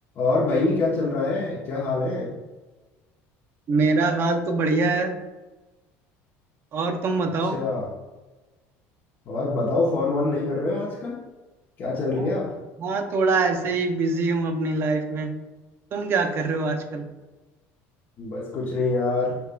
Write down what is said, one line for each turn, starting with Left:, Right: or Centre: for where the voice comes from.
Left: और भाई क्या चल रहा है क्या हाल है
Right: मेरा हाल तो बढ़िया है और तुम बताओ
Left: अच्छा और बताओ फोन वोन नहीं कर रहे हो आजकल क्या
Right: हाँ
Left: चल रहा
Right: हाँ थोड़ा ऐसे ही बिजी हूँ अपनी लाइफ में तुम क्या कर रहे हो आजकल
Left: बस कुछ नहीं यार